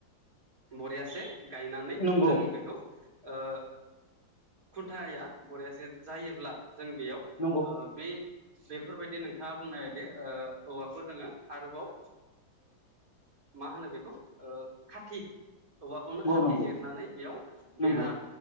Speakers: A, on the right; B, on the left.
A: बरियासे गायनानै
B: नंगौ
A: जों बेखौ ओ खुन्थाया बरियासे जायोब्ला जों बेयाव
B: नंगौ
A: ओ जे बेफोरबायदि नोंथाङा बुंनायबायदि ओ औवाफोर दोङो आरोबाव मा होनो बेखौ ओ खाथि औवाखौनो खाथि
B: नंगौ
A: जिरनानै बेयाव
B: नंगौ
A: बेरा